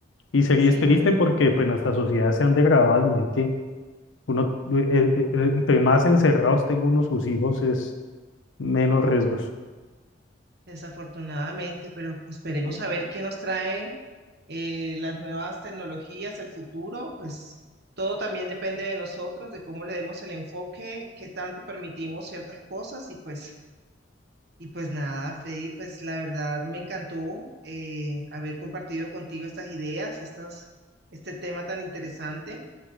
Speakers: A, on the left; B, on the right.
A: Y sería
B: Sí,
A: es triste
B: claro,
A: porque pues nuestras sociedades se han degradado al nivel que uno, eh, eh, eh, entre más encerrados tenga uno sus hijos, es menos riesgos.
B: desafortunadamente, pero esperemos a ver qué nos traen eh, las nuevas tecnologías, el futuro, pues todo también depende de nosotros, de cómo le demos el enfoque, qué tanto permitimos ciertas cosas y pues, y pues nada, Freddy, pues la verdad me encantó eh, haber compartido contigo estas ideas, estas, este tema tan interesante.